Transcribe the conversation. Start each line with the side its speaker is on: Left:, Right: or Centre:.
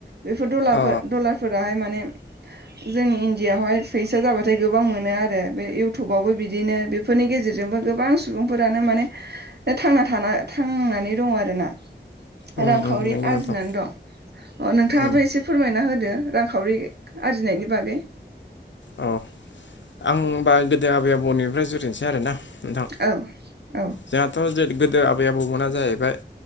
Right: बेफोर दलाफोर
Left: अ
Right: दलारफोराहाय माने जोंनि इण्डियावहाय फैसा जाबाथाय गोबां मोनो आरो बे इउटुबावबो बिदिनो बेफोरनि गेजेरजोंबो गोबां सुबुंफोरानो माने थांना थाना थांनानै दङ आरो ना।
Left: उम
Right: रांखावरि
Left: उम नंगौ
Right: आरजिनानै
Left: नोंथां
Right: दं अ नोंथाङाबो
Left: उम
Right: एसे फोरमायना होदो रांखावरि आरजिनायनि बागै।
Left: औ आं बा गोदो आबै आबौनिफ्राय जुरिनोसै आरोना। नोंथां
Right: औ औ
Left: जोंहाथ' जे गोदो आबै आबौमोना जाहैबाय